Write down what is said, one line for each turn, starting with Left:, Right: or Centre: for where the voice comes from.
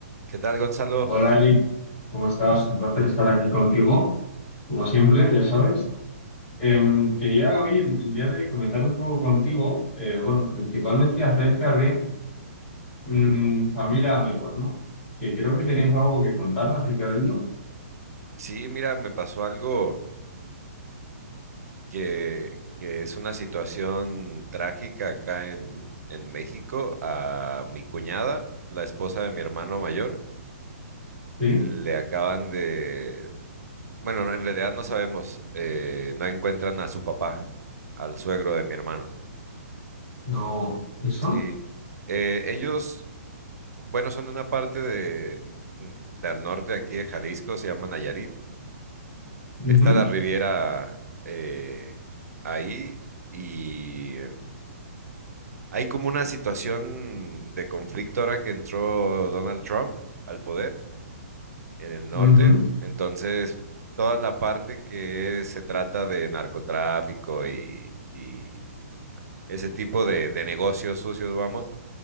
Right: ¿Qué tal, Gonzalo?
Left: Hola Eric, ¿cómo estás? Un placer estar aquí contigo, como siempre, ya sabes. Em, quería hoy, el, el día de hoy, comentar un poco contigo, eh, bueno, principalmente acerca de mm, familia, amigos, ¿no? Que creo que tenías algo que contar acerca de ello.
Right: Sí, mira, me pasó algo que, que es una situación trágica acá en, en México. A mi cuñada, la esposa de mi hermano mayor,
Left: Sí,
Right: le acaban de... Bueno, no, en realidad no sabemos, eh, no encuentran a su papá, al suegro de mi hermano.
Left: no, eso.
Right: Sí. Eh, ellos, bueno, son de una parte de, mm, del norte aquí de Jalisco, se llaman Nayarit.
Left: Ujú,
Right: Está la Riviera eh, ahí y hay como una situación de conflicto ahora que entró Donald Trump al poder en el norte.
Left: ujú.
Right: Entonces, toda la parte que se trata de narcotráfico y, y ese tipo de, de negocios sucios, vamos,